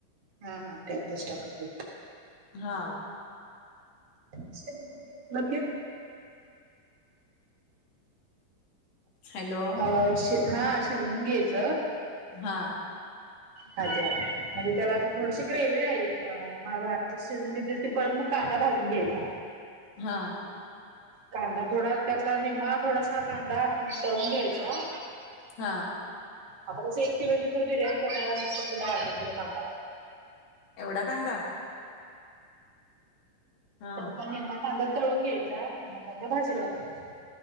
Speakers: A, on the right; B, on the left.
A: हा हा त्यातच टाका.
B: हा.
A: शेंगूर घेतलं क मग हे.
B: हॅलो.
A: अ हा शिजवून घ्यायच.
B: हा
A: ह त्या्या म्हणजे त्याला असं थोडीशी ग्रेवी आहे. मा शिजून घेतली की परत मग कांदा भाजून घ्यायचा.
B: हा.
A: कांदा थोडा त्यातला निम्मा थोडासा कांदा तळून घ्यायचा.
B: हा.
A: आता कसं एक किलोची जर बिर्याणी करणार असेल तर तुला अर्धा किलो कांदाल.
B: एवढा कांदा. हा
A: त्या निेममा कांदा तळून घ्यायचा निेममा कांदा भाजीला वापरायचा.